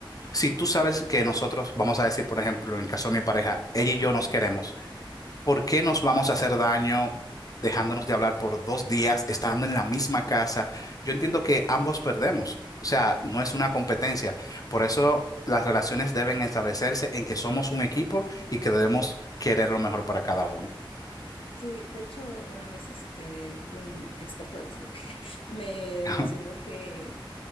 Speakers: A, on the left; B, on the left.
A: si tú sabes que nosotros, vamos a decir, por ejemplo, en el caso de mi pareja, ella y yo nos queremos ¿Por qué nos vamos a hacer daño dejándonos de hablar por dos días, estando en la misma casa? Yo entiendo que ambos perdemos, o sea, no es una competencia. Por eso las relaciones deben establecerse en que somos un equipo y que debemos querer lo mejor para cada uno.
B: Sí, de hecho, una vez este, un experto de la salud <laughs> me
A: <laughs>
B: mencionó que